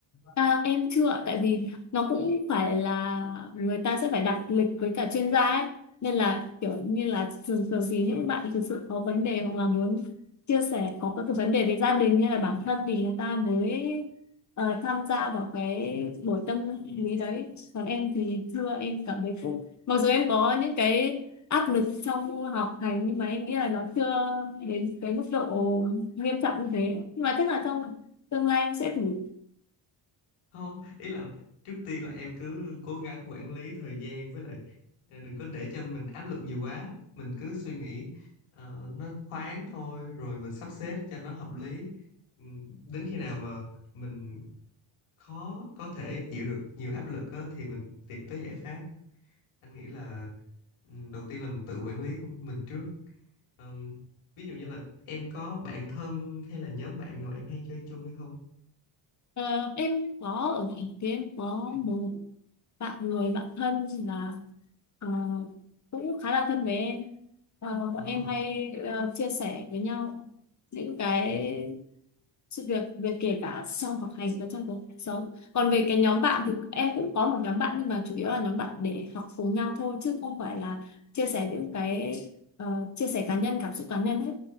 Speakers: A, on the left; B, on the left.
A: À, em chưa ạ, tại vì nó cũng phải là người ta sẽ phải đặt lịch với cả chuyên gia ấy nên là kiểu như là thường thường thì những bạn thực sự có vấn đề hoặc là muốn chia sẻ có các cái vấn đề về gia đình hay là bản thân thì người ta mới ờ, tham gia vào cái buổi tâm lý đấy còn em thì chưa em cảm thấy cũng mặc dù em có những cái áp lực trong học hành nhưng mà em nghĩ là nó chưa đến cái mức độ nghiêm trọng như thế nhưng mà chắc là trong tương lai em sẽ thử
B: không ý là trước tiên là em cứ cố gắng quản lý thời gian với lại ờ, đừng có để cho mình áp lực nhiều quá mình cứ suy nghĩ ờ, nó thoáng thôi rồi mình sắp xếp cho nó hợp lý Ừ, đến khi nào mà mình khó có thể chịu được nhiều áp lực á, thì mình tìm tới giải pháp anh nghĩ là ừ, đầu tiên là mình tự quản lý của mình trước Ờm, ví dụ như là em có bạn thân hay là nhóm bạn nào em hay chơi chung hay không
A: Ờ, em có ở thành kia em có một bạn người bạn thân là ờ, cũng khá là thân với em Ờ, bọn
B: Ờ,
A: em hay ờ, chia sẻ với nhau những cái
B: ừ.
A: sự việc về kể cả trong học hành và trong cuộc sống còn về cái nhóm bạn thì em cũng có một nhóm bạn nhưng mà chủ yếu là nhóm bạn để học cùng nhau thôi chứ không phải là chia sẻ những cái ờ, chia sẻ cá nhân cảm xúc cá nhân hết